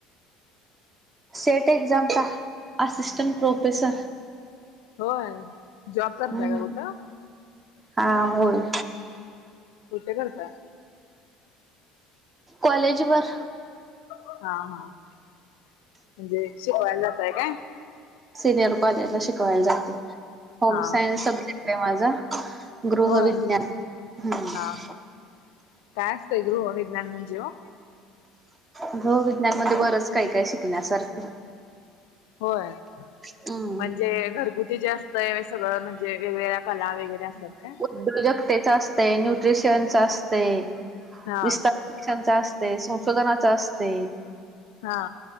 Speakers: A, on the right (about 25°); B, on the left (about 70°).
A: सेट एक्झमचा, असिस्टंट प्रोफेसर.
B: होय. जॉब करताय
A: हम्म,
B: का कुठं?
A: हा होय.
B: कुठ करताय?
A: कॉलेज वर.
B: हा हा म्हणजे शिकवायला जाताय काय?
A: सिनियर कॉलेजला शिकवायला जाते होम
B: हा
A: सायन्स सब्जेक्ट आहे माझा. गृहविज्ञान.
B: हो हा
A: हम्म
B: हा काय असतंय गृह विज्ञान म्हणजे हो?
A: घहविज्ञान मध्ये बरंच काही काय शिकण्यासारखं.
B: होय
A: हम्म
B: म्हणजे घरगुती जे असतय सगळं म्हण? वेगवेगळ्या कला वगैरे असतात का?
A: उजगतेचा असते न्यूट्रिशयनचा असते
B: हा
A: विस्तार शिक्षणचा असते, संशोधनाचा असते
B: हा.